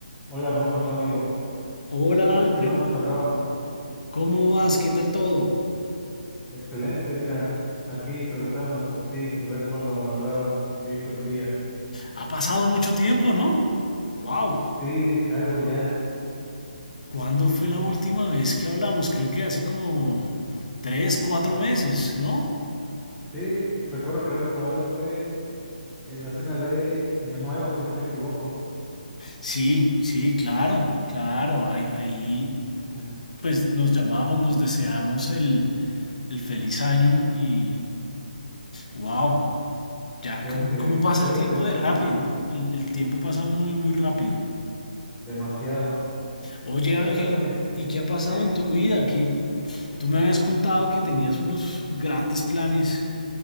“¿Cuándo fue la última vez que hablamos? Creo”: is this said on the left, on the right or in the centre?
Left